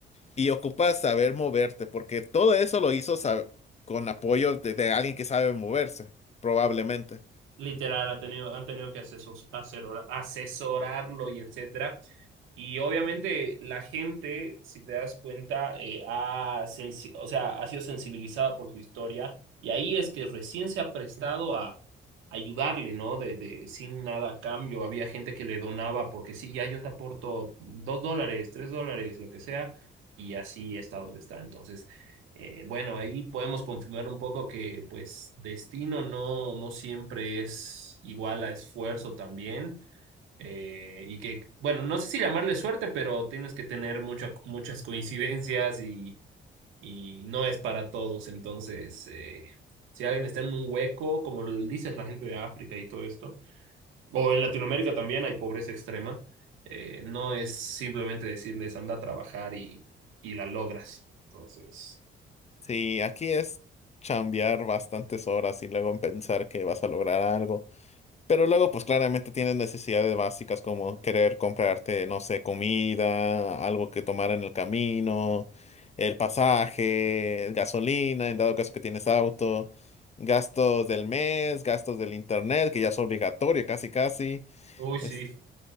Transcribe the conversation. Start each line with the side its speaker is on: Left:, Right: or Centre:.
Left: y ocupas saber moverte, porque todo eso lo hizo sa- con apoyo de, de alguien que sabe moverse, probablemente.
Right: Literal, ha tenido, han tenido que asesos- asesorar- asesorarlo y etcétera. Y obviamente la gente, si te das cuenta, eh, ha, sensi- o sea, ha sido sensibilizada por su historia y ahí es que recién se ha prestado a ayudarle, ¿no? De, de, sin nada a cambio. Había gente que le donaba porque sí, ya yo te aporto dos dólares, tres dólares, lo que sea, y así está donde está. Entonces... Eh, bueno, ahí podemos confirmar un poco que pues destino no, no siempre es igual a esfuerzo también eh, y que, bueno, no sé si llamarle suerte, pero tienes que tener mucha- muchas coincidencias y, y no es para todos. Entonces, eh, si alguien está en un hueco, como lo dices, la gente de África y todo esto, o en Latinoamérica también hay pobreza extrema, eh, no es simplemente decirles anda a trabajar y, y la logras. Entonces...
Left: Sí, aquí es chambear bastantes horas y luego pensar que vas a lograr algo. Pero luego, pues claramente tienes necesidades básicas como querer comprarte, no sé, comida, algo que tomar en el camino, el pasaje, gasolina, en dado caso que tienes auto, gastos del mes, gastos del internet, que ya es obligatorio casi casi,
Right: Uy, sí,
Left: es-